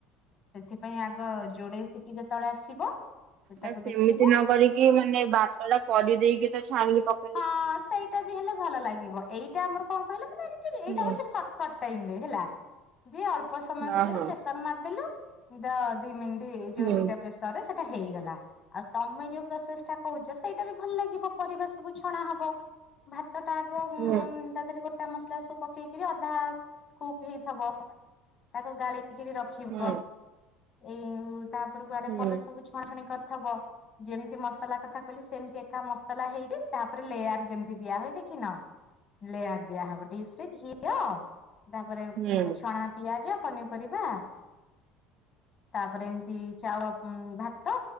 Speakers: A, on the left; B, on the right.
A: ସେଥିପାଇଁ ଆଗ ଯୋଡେଇ ସିଟି ଯେତେବେଳେ ଆସିବ ସେ
B: ବା
A: ତାକୁ
B: ସେମିତି
A: ଦେଖିବ
B: ନ କରିକି ମାନେ ଭାତ ଟା କରିଦେଇକି ତ ଛାଣିକି ପ
A: ହଁ ସେଇଟା ବି ହେଲେ ଭଲ ଲାଗିବ। ଏଇଟା ଆମର କଣ କହିଲ, ମାନେ ଏମତି
B: ହୁଁ
A: ଏଇଟା ହଉଛି ସଟ୍ କଟ ଟାଇମ୍ରେ ହେଲା ଦି ଅଳ୍ପ ସମୟ
B: ହଁ
A: ଭିତରେ
B: ହଁ
A: ପ୍ରେସର ମାରିଦେଲୁ ଦ ଦି ମିନିଟ ଏଇ ଯୋଉ
B: ହୁଁ
A: ଦିଟା ପ୍ରେସରରେ ସେଇଟା ହେଇଗଲା। ଆଉ ତମେ ଯୋଉ ପ୍ରୋସେସ ଟା କହୁଛ ସେଇଟା ବି ଭଲ ଲାଗିବ ପରିବା ସବୁ ଛଣା ହବ ଭାତ ଟା ଆଗ ଉ
B: ହୁଁ
A: ତାଦେରେ ଗୋଟା ମସଲା ସବୁ ପକେଇକି ଅଧା କୁକ୍ ହେଇଥିବ ତାକୁ ଗା ଳି କିରୀ ରଖିବ।
B: ହୁଁ
A: ଏଇ ତାପର କୁଆଡେ
B: ହୁଁ
A: ପାରିବା ସବୁ ଛଣାଛଣି କରିଥବ ଯେମିତି ମସଲା କଥା କହିଲି ସେମତି ଏକା ମସଲା ହେଇକି ତାପରେ ଲେୟାର ଯେମିତି ଦିଆ ହୁଏ ଦେଖିିନ। ଲେୟାର ଦିଆହବ। ଡିସ୍ ରେ ଘିଅ ତାପରେ
B: ହୁଁ
A: ଛଣା ପିଆଜ ପନିପରିବା ତାପରେ ଏମିତି ଚାଉଳ ଭାତ,